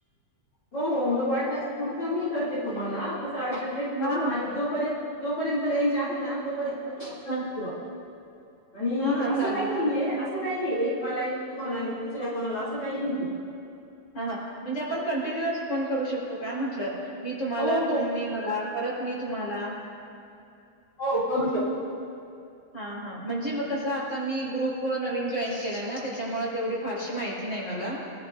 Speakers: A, on the left; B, on the left.
A: हो हो मग वाटल्यास पुढचा मी करते तुम्हाला अस असं आल्टरनेट करू
B: हां हां
A: आणि जोपर्यंत जोपर्यंत रेंज आहे ना तोपर्यंत <unintelligible>
B: हां
A: आणि
B: हां हां
A: असं
B: चालेल
A: काही नाहीये, असं काही नाहीये मला एक तुम्हाला आणि दुसऱ्या कोणाला असं काही नाहीये.
B: हा हा म्हणजे आपण कंटिन्युअस फोन करू शकतो, काय म्हटलं? मी तुम्हाला
A: हो
B: तुम्ही
A: हो
B: मला परत मी तुम्हाला.
A: हो करू शकतो.
B: हां हां. म्हणजे व कसं आता मी ग्रुप नवीन जॉईन केलाय ना, त्याच्यामुळे तेवढी फारशी माहिती नाही मला.